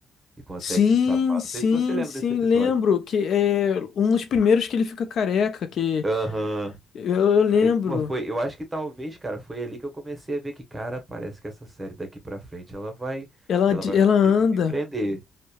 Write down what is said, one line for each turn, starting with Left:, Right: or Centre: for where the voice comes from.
Right: e consegue
Left: Sim,
Right: se safar.
Left: sim,
Right: Não sei se você lembra
Left: sim,
Right: desse episódio.
Left: lembro que é um dos primeiros que ele fica careca, que
Right: Aham.
Left: eu eu lembro.
Right: Aí, pô, foi. Eu acho que talvez, cara, foi ali que eu comecei a ver que, cara, parece que essa série daqui pra frente ela vai,
Left: Ela,
Right: ela
Left: de-
Right: vai
Left: ela
Right: conseguir
Left: anda.
Right: me prender.